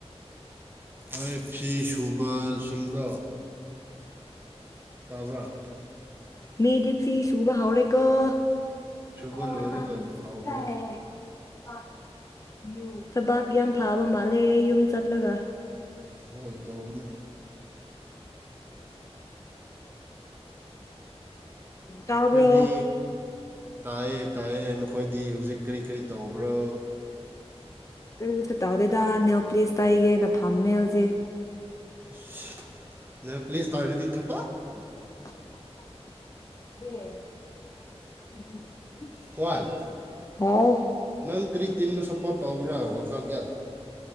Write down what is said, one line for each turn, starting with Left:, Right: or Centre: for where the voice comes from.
Right: ꯑꯩ ꯐꯤ ꯁꯨꯕꯁꯤꯡꯗꯣ ꯇꯥꯕ꯭ꯔ
Left: ꯃꯤꯗꯤ ꯐꯤ ꯁꯨꯕ ꯍꯧꯔꯦꯀꯣ <unintelligible>
Right: ꯁꯨꯕ ꯂꯣꯏꯔꯒ ꯐꯥꯎꯕꯅꯦ
Left: ꯊꯕꯛ ꯌꯥꯝ ꯐꯥꯕ ꯃꯥꯜꯂꯦ ꯌꯨꯝ ꯆꯠꯂꯒ
Right: <unintelligible> ꯇꯧꯕꯅꯤ
Left: ꯇꯥꯕ꯭ꯔꯣ
Right: ꯅꯀꯣꯏꯗꯤ ꯇꯥꯏꯌꯦ ꯇꯥꯏꯌꯦ ꯅꯈꯣꯏꯗꯤ ꯍꯧꯖꯤꯛ ꯀꯔꯤ ꯀꯔꯤ ꯇꯧꯕ꯭ꯔꯣ
Left: ꯀꯔꯤꯁꯨ ꯇꯧꯗꯦꯗꯥ ꯅꯦꯜ ꯄꯂꯤꯁ ꯇꯩꯏꯒꯦ ꯅ ꯐꯝꯃꯤ ꯍꯧꯖꯤꯛ
Right: ꯏꯁ ꯅꯦꯜ ꯄꯣꯂꯤꯁ ꯇꯩꯔꯗꯤ ꯊꯝ
Left: <unintelligible>
Right: ꯍ꯭ꯋꯥꯟ
Left: ꯍꯥꯎ
Right: ꯅꯪ ꯀꯔꯤ ꯇꯤꯝꯗꯥ ꯁꯞꯄꯣꯔꯠ ꯇꯧꯕ꯭ꯔꯥ ꯋꯥꯜ ꯀꯞꯗꯥ